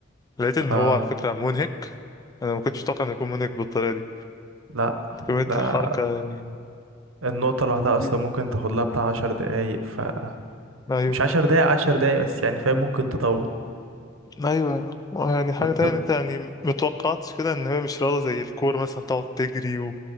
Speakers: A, on the left; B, on the right.
A: لقيت ان
B: آه،
A: هو على فكرة منهك انا ما كنتش متوقع انه يكون منهك بالطريقة دي
B: لا
A: كمية
B: ده
A: حركة يعني
B: النقطة لوحدها
A: كتير
B: أصلا ممكن تاخد لها بتاع عشر دقايق ف
A: ايوه
B: مش عشر دقايق عشر دقايق بس يعني فاهم ممكن تطول
A: ايوه يعني حاجه
B: وانت
A: تانية إن انت يعني متوقعتش كده ان هي مش رياضه زي الكوره مثلا تقعد تجري و...